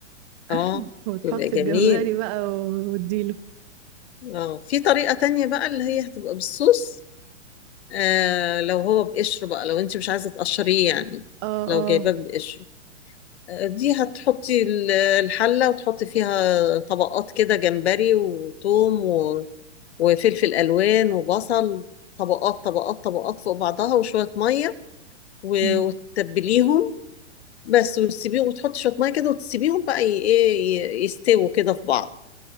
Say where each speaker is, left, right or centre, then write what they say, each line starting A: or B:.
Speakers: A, on the right; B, on the left.
A: <laughs>
B: اه
A: وتحط
B: يبقى جميل
A: الجمبري بقى و- وتديله
B: اه في طريقة تانية بقى اللي هي هتبقى بالصوص آه لو هو بقشره بقى لو انت مش عايزة تقشريه يعني
A: اه
B: لو
A: اه
B: جايباه بقشره آه، دي هتحطي ال- الحلة وتحطي فيها طبقات كده جمبري وتوم وفلفل الوان وبصل طبقات طبقات طبقات فوق بعضها وشويه ميه و-
A: مم.
B: وتتبليهم بس وتسيبيهم وتحط شويه ميه كده وتسيبيهم بقى ي- ايه ي- يستووا كده في بعض